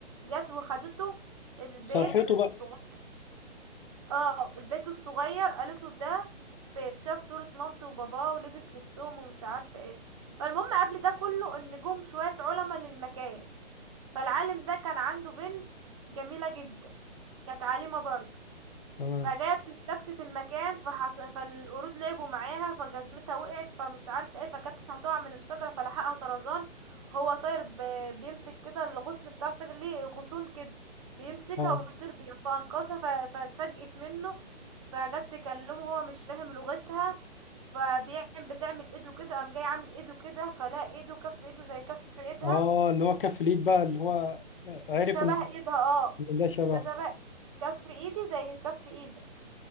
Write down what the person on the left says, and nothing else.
صرحته
بقى
تمام
اه
اه اللي هو كف اليد بقى اللي هو عرف
ان
إن ده شبه